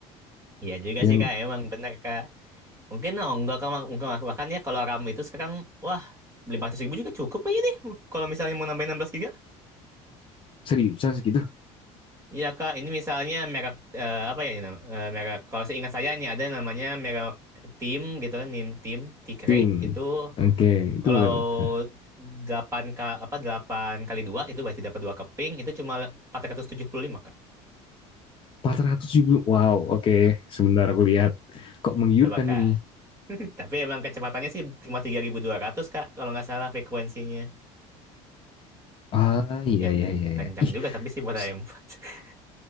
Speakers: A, on the right; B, on the left.
A: Iya juga
B: Yang
A: sih Kak, emang benar Kak. Mungkin oh, enggak Kak, mak- mungkin bahkan ya kalau RAM itu sekarang, wah, lima ratus ribu juga cukup aja nih. hmm, Kalau misalnya mau nambahin 16 giga.
B: seriusan segitu.
A: Iya Kak, ini misalnya merek, eh, apa ya ini nama, eh, merek, kalau seingat saya ini ada namanya merek Tim gitu kan, Mim Tim, T-Crate,
B: Tim.
A: itu
B: Oke, itu
A: kalau
B: berapa? tuh?
A: 8 K, apa 8 kali 2 itu berarti dapat 2 keping, itu cuma 475 Kak.
B: 400 ribu. Wow, oke. Sebentar aku lihat. Kok menggiurkan
A: Coba Kak.
B: ini?
A: <laughs> Tapi emang kecepatannya sih cuma 3200 Kak, kalau nggak salah frekuensinya.
B: Ah, iya,
A: Em,
B: iya, iya.
A: kencang
B: iya. Ih,
A: juga tapi sih buat
B: s-
A: AM4. <laughs>